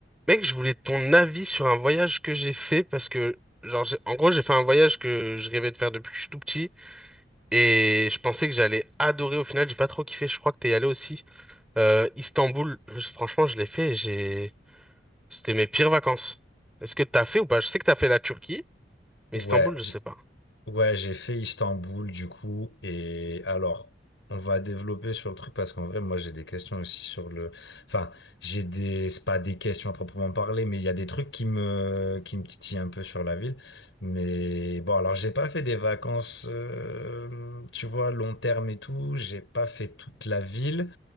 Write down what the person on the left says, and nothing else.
Ouais,
j'-
ouais, j'ai fait Istanbul du coup. Et alors, on va développer sur le truc parce qu'en vrai, moi, j'ai des questions aussi sur le. Enfin, j'ai des. C'est pas des questions à proprement parler, mais il y a des trucs qui me qui me titillent un peu sur la ville. Mais bon, alors, j'ai pas fait des vacances, euh, tu vois, long terme et tout. J'ai pas fait toute la ville.